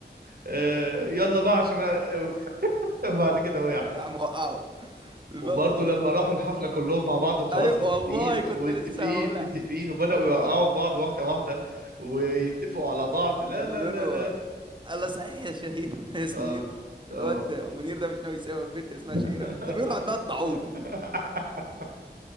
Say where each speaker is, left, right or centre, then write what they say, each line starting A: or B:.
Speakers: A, on the right; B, on the right.
A: آه يلا بقى عشان أ- <laughs> بعد كده وقع
B: راح موقعه اللقطه
A: وبرضه
B: برضه
A: لما
B: بتاعت
A: راحوا الحفله كلهم مع بعض وخلاص
B: ايوه
A: متفقين
B: والله كنت
A: متفقين
B: لسه هقولها
A: متفقين وبداوا يوقعوا في بعض واحده واحده ويتفقوا على بعض لا
B: لما
A: لا
B: بيقولوا
A: لا لا
B: الله صحيح يا شهير <laughs> يا سمير
A: اه اه
B: الواد منير ده مش ناوي يسيب البنت اللي اسمها
A: <laughs>
B: شهيره ده بيقولوا عندها الطاعون